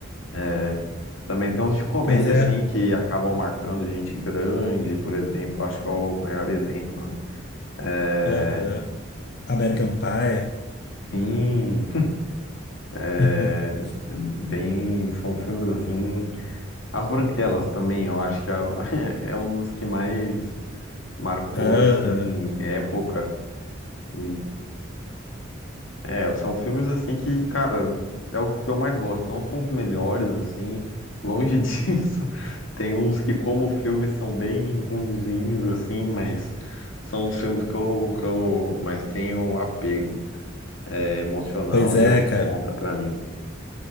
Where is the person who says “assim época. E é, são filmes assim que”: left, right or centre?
Left